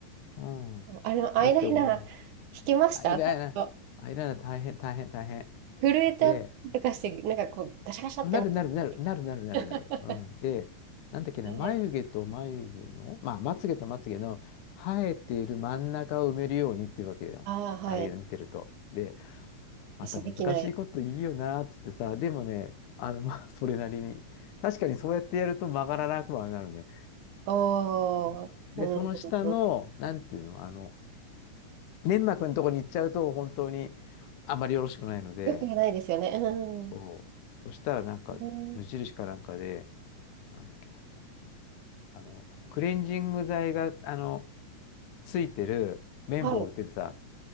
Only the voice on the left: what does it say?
うん。
だって同じ。アイライナー、アイライナー大変、大変、大変。
で、
なるなるなる、なるなるなるなる。
うん。で、なんだっけな、
眉毛と眉毛の、まあ、まつ毛とまつ毛の生えている真ん中を埋めるようにっていうわけじゃん。
ああいうの見てると。で、また難しいこといいよなーっつってさ、
でもね、あの、まあ、<laughs> それなりに。確かにそうやってやると曲がらなくはなるね。
うんで、
その下の、なんていうの、あの、粘膜のとこに行っちゃうと、本当にあまりよろしくないので、
そう、そしたらなんか、
無印かなんかで、なんだっけな、あの、クレンジング剤が、あの、ついてる綿棒を売っててさ、